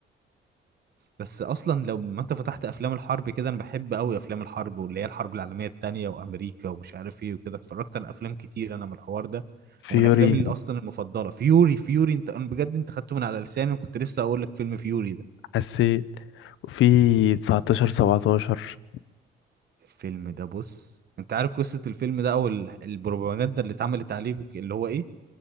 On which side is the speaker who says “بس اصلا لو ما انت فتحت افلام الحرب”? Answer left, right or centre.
Right